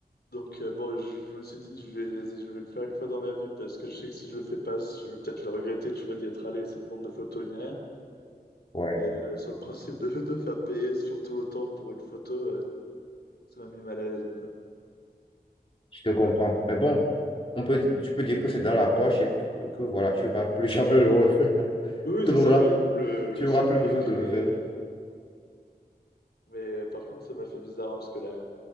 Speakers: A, on the left; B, on the left.
A: Donc euh, bon, je, je me suis dit, je vais, vas-y, je vais le faire une fois dans ma vie parce que je sais que si je le fais pas, je vais peut-être le regretter, tu vois, d'y être allé sans prendre de photos ni rien.
B: Ouais.
A: Mais euh, sur le principe de, <laughs> de faire payer surtout autant pour une photo, euh, ça m'a mis mal à l'aise un peu.
B: Je te comprends. Mais bon, on peut, tu peux dire que c'est dans la poche et que, que voilà, tu vas plus <laughs> jamais le refaire. <laughs>
A: Oui, oui,
B: Tu
A: c'est
B: n'auras,
A: ça, le, le, le-
B: tu
A: le
B: n'auras
A: souvenir
B: plus besoin
A: est créé.
B: de le faire.
A: euh. Mais par contre, ça m'a fait bizarre hein, parce que la,